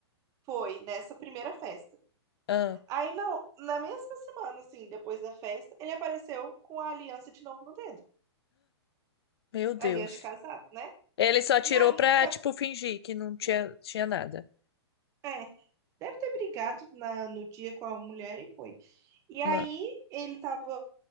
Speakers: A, on the right; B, on the left.
A: foi nessa primeira festa.
B: Ah,
A: Aí não, na mesma semana, assim, depois da festa, ele apareceu com a aliança de novo no dedo.
B: meu Deus.
A: Aliança de casado, né?
B: Ele só tirou
A: E aí,
B: pra,
A: sabe,
B: tipo, fingir que não tinha, tinha nada.
A: é, deve ter brigado na, no dia com a mulher e foi. E aí
B: Ah.
A: ele tava